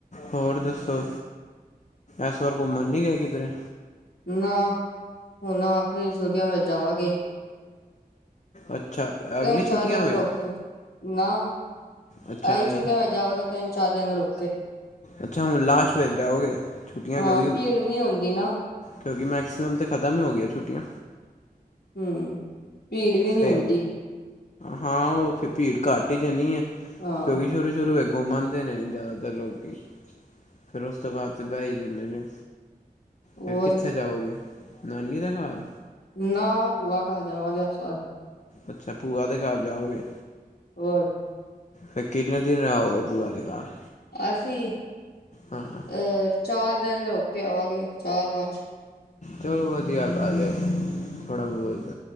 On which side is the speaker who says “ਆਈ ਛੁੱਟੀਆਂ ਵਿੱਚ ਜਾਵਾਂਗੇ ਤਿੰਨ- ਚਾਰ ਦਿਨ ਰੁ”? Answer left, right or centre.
Left